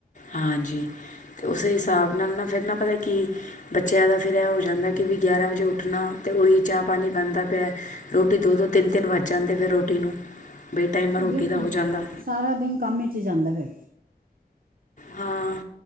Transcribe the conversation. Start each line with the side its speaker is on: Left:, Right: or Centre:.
Left: ਹਾਂਜੀ। ਅਤੇ ਉਸੇ ਹਿਸਾਬ ਨਾਲ ਨਾ ਫਿਰ ਨਾ ਪਤਾ ਕਿ ਬੱਚਿਆਂ ਦਾ ਫਿਰ ਇਹ ਹੋ ਜਾਂਦਾ ਕਿ ਵੀ ਗਿਆਰਾਂ ਵਜੇ ਉੱਠਣਾ ਅਤੇ ਉਹੀ, ਚਾਹ ਪਾਣੀ ਬਣਾਦਾ ਪਿਆ ਰੋਟੀ ਦੋ-ਦੋ ਤਿੰਨ ਤਿੰਨ ਵੱਜ ਜਾਂਦੇ, ਫਿਰ ਰੋਟੀ ਨੂੰ ਬੇਟਾਈਮਾ ਰੋਟੀ
Right: ਬਿਲਕੁਲ,
Left: ਦਾ ਹੋ ਜਾਂਦਾ
Right: ਸਾਰਾ ਦਿਨ, ਕੰਮ ਵਿੱਚ ਹੀ ਜਾਂਦਾ ਫਿਰ
Left: ਹਾਂ